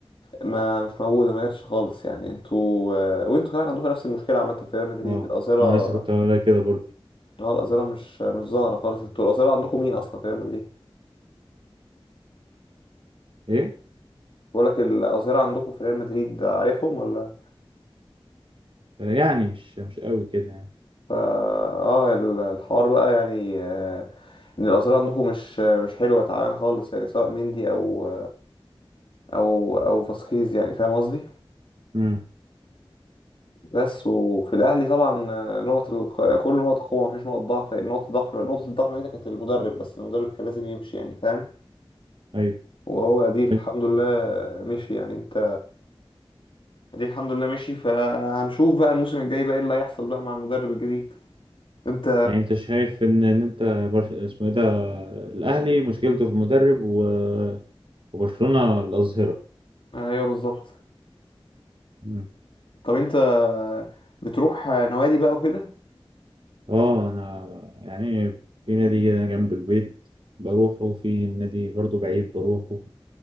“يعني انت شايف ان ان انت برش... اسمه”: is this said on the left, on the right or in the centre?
Right